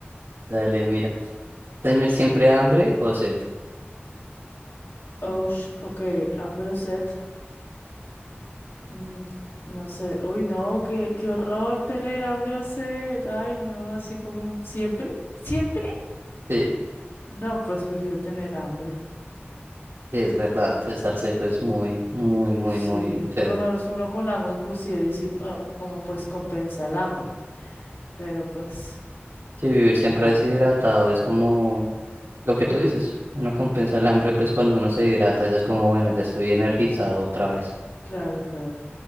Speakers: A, on the right; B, on the left.
A: dale, mira. ¿Tener siempre hambre o sed?
B: <laughs> Ush, ok, hambre o sed. Mm, No sé, uy, no, qué, qué horror tener hambre o sed, ay, no, así como siempre, siempre.
A: Sí.
B: No, pues prefiero tener hambre.
A: Sí, es verdad, estar seco es muy, muy, muy,
B: Sí,
A: muy feo.
B: por lo menos uno con agua inclusive, dice, ah, como pues compensa el hambre, pero pues
A: Sí, vivir siempre
B: con agua.
A: deshidratado
B: Mm.
A: es como lo que
B: Uy,
A: tú dices, uno compensa el hambre, pues cuando uno se hidrata ya es como, bueno, ya estoy energizado otra vez.
B: claro, claro.